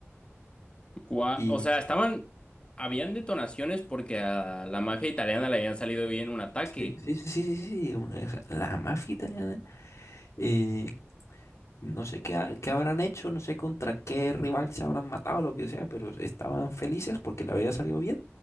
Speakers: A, on the left; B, on the left.
A: Gua-
B: Y
A: O sea, estaban... Habían detonaciones porque a la mafia italiana le habían salido bien un ataque.
B: sí, sí, sí, sí, sí, sí, una- esa- la mafia italiana, eh, no sé qué, ha- qué habrán hecho, no sé contra qué rival se habrán matado, lo que sea, pero estaban felices porque le había salido bien